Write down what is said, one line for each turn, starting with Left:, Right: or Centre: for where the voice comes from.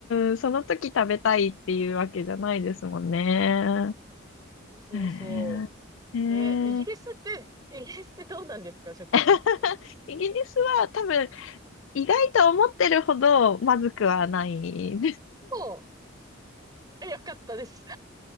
Left: ーん、その時食べたいっていうわけじゃないですもんね。
Right: そうそうね、
Left: へえ。へ
Right: イギリスって、
Left: え。
Right: イギリスってどうなんですか、食事。
Left: <laughs> イギリスは多分、意外と思ってるほどまずくはない。
Right: そう。えよかったです。